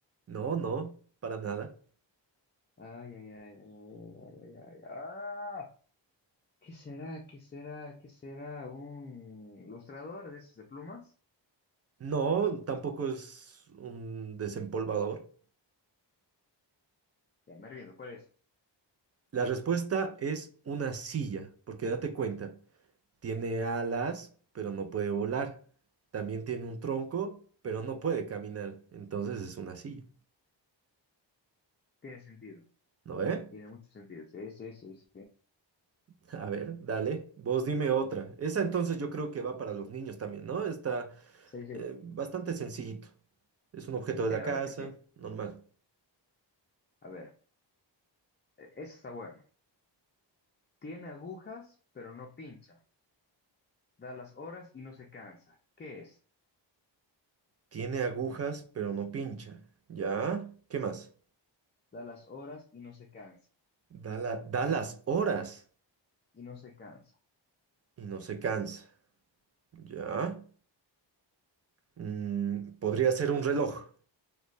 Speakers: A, on the right; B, on the left.
A: No, no, para nada.
B: Ay, ay, ay, ay, ay, ay, ay, ay, ay. ¡Ah! ¿Qué será? ¿Qué será? ¿Qué será? ¿Un lustrador de esos de plumas?
A: No, tampoco es un desempolvador.
B: Ya me rindo, ¿cuál es?
A: La respuesta es una silla, porque date cuenta, tiene alas, pero no puede volar. También tiene un tronco, pero no puede caminar. Entonces es una silla,
B: Tiene sentido,
A: ¿no ve?
B: tiene mucho sentido. Sí, sí, sí, sí.
A: <laughs> A ver, dale, vos dime otra. Esa entonces yo creo que va para los niños también, ¿no? Está
B: Sí, sí.
A: eh, bastante sencillito. Es un objeto
B: Sí,
A: de la
B: la
A: casa,
B: verdad que sí.
A: normal.
B: A ver, eh, esa está buena. Tiene agujas, pero no pincha. Da las horas y no se cansa. ¿Qué es?
A: Tiene agujas, pero no pincha. ¿Ya? ¿Qué más?
B: Da las horas y no se cansa.
A: Da la- da las horas.
B: Y no se cansa.
A: y no se cansa. ¿Ya? Mm, podría ser un reloj.